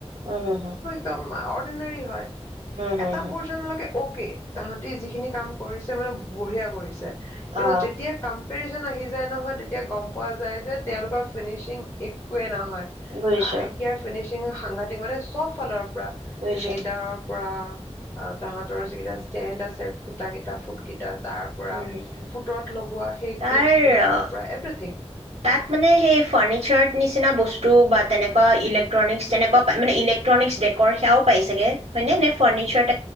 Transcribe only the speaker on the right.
উম, হম, হম।
হুম
হুম
অ
বুজিছো
বুজিছো
উম হুম হুম।
তাৰ
অ,
তাত মানে সেই ফাৰ্নিচাৰ নিচিনা বস্তু বা তেনেকুৱা ইলেকট্ৰনিক্স তেনেকুৱা মানে ইলেকট্ৰনিক্স ডেক'ৰ সেয়াও পাই চাগে হয়নে নে ফাৰ্নিচাৰ